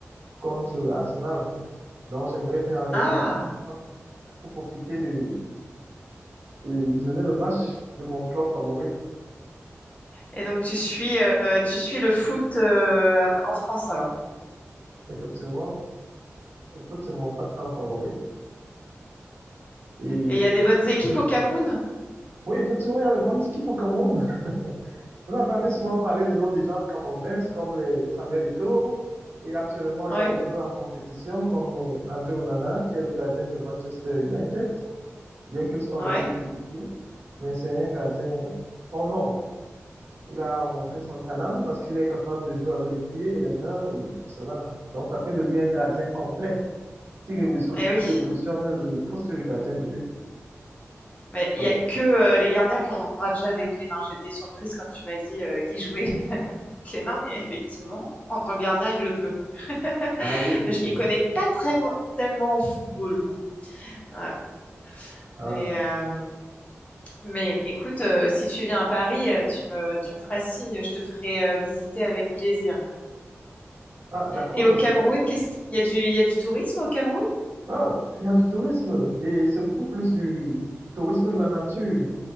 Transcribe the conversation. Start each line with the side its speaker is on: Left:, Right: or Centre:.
Right: contre Arsenal. Donc j'aimerais bien arriver
Left: Ah!
Right: en ce moment pour profiter de, de visionner le match de mon club favori.
Left: Et donc tu suis, euh, tu suis le foot euh, à- en France alors.
Right: Effectivement, écoute, c'est mon passe-temps favori. Et
Left: Et il y a des bonnes équipes au Cameroun?
Right: oui, effectivement, il y a de bonnes équipes au Cameroun. Vous entendez souvent parler de nos légendes camerounaises comme les Samuel Eto'o et actuellement il
Left: Ouais,
Right: y a des joueurs en compétition comme euh, André Onana qui est le gardien de Manchester United, bien qu'il soit
Left: ouais.
Right: beaucoup critiqué, mais c'est un gardien hors norme. Il a montré son talent parce qu'il est capable de jouer avec les pieds et les mains et tout cela. Donc ça fait de lui un gardien complet qui révolutionne,
Left: Eh
Right: qui
Left: oui.
Right: révolutionne le poste de gardien de but.
Left: Mais
Right: Donc,
Left: il y a que euh, les gardiens qui ont le droit de jouer avec les mains. J'étais surprise quand tu m'as dit euh, qu'ils jouaient <laughs> avec les mains, mais effectivement, en tant que gardien, il le peut. <laughs>
Right: ah oui, effectivement.
Left: Je m'y connais pas très, tellement en football, moi. Ouais.
Right: Ah,
Left: Mais, euh, mais écoute, euh, si tu viens à Paris, euh, tu me, tu me feras signe, je te ferai euh, visiter avec plaisir.
Right: Ah, d'accord,
Left: Et au
Right: ça,
Left: Cameroun,
Right: se-
Left: qu'est-ce qu'il y a du, il y a du tourisme au Cameroun?
Right: Ah, il y a du tourisme et c'est beaucoup plus du tourisme de la nature.